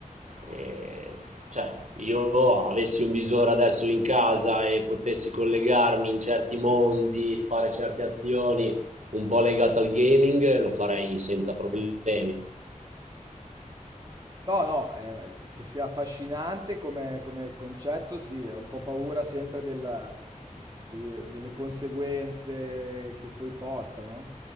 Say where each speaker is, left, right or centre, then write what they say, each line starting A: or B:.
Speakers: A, on the right; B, on the right.
A: E, cioè, io avessi un visore adesso in casa e potessi collegarmi in certi mondi, fare certe azioni un po' legate al gaming, lo farei senza problemi.
B: No, no, eh, che sia affascinante come, come concetto, sì, è un po' paura sempre della- degli- delle conseguenze che poi portano.